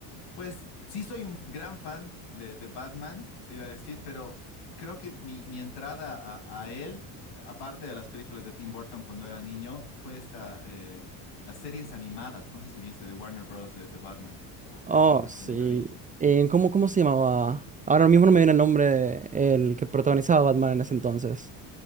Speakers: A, on the left (about 70°); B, on the right (about 20°).
A: Pues sí soy un gran fan de, de Batman, te iba a decir, pero creo que mi, mi entrada a, a él, eh, aparte de las películas de Tim Burton cuando era niño, fue esta, eh, las series animadas, no sé si viste, de Warner Bros. de, de Batman. Oh,
B: Oh,
A: eso es recomendadísimo.
B: sí. Eh, ¿cómo, cómo se llamaba? Ahora mismo no me viene el nombre el que protagonizaba a Batman en ese entonces.